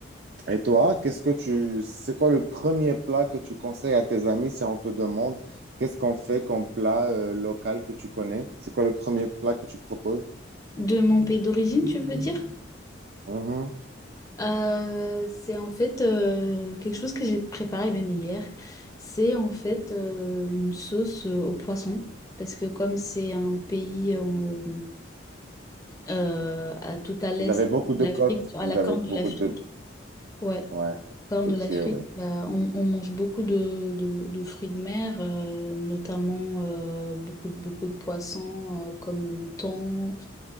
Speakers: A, on the right (about 55°); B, on the left (about 15°).
A: Et toi, qu'est-ce que tu, c'est quoi le premier plat que tu conseilles à tes amis si on te demande qu'est-ce qu'on fait comme plat euh, local que tu connais? C'est quoi le premier plat que tu proposes?
B: De mon pays d'origine, tu veux dire?
A: Mhm.
B: Euh, c'est en fait euh, quelque chose que j'ai préparé même hier. C'est en fait euh, une sauce euh, au poisson. Parce que comme c'est un pays euh, euh, à, tout à l'est
A: Vous avez beaucoup
B: de
A: de
B: l'Afrique,
A: côtes,
B: à
A: vous
B: la
A: avez
B: corne de
A: beaucoup
B: l'Afrique,
A: de,
B: ouais,
A: ouais,
B: Corne
A: côtiers,
B: de l'Afrique,
A: ouais.
B: bah, on, on mange beaucoup de, de- de fruits de mer, euh, notamment euh, beaucoup de, beaucoup de poissons euh, comme le thon